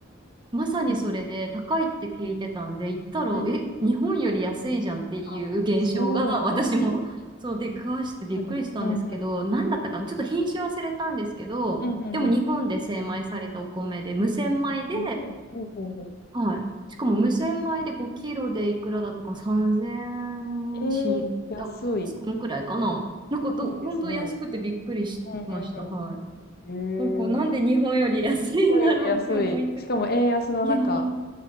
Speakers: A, on the right; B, on the left.
A: まさにそれで高いって聞いてたんで、
B: うんうん。
A: 行ったら、
B: うんうん。
A: え、日本より安いじゃんっていう現象が私も
B: あ、そうなんですね。
A: <laughs> そう出くわしてびっくりしたんですけど、
B: やはり。うんうんうん。
A: 何だったかなちょっと品種忘れたんですけど、
B: うんうん
A: でも日本で精米されたお米で、無洗米で、
B: うん。日本、ほうほうほう。
A: はい。しかも無洗米で5キロでいくらだったかな ?3000
B: ええ安い。
A: 円しんだ、そのくらいかななんかど、
B: いいですね。
A: 本当安くてびっくりしました。
B: うんうん
A: はい。
B: うん。
A: なんか、なんで日本より安いんだろうって思いつつ、
B: へえ。日本より安い。しかも円安な中。
A: いや、本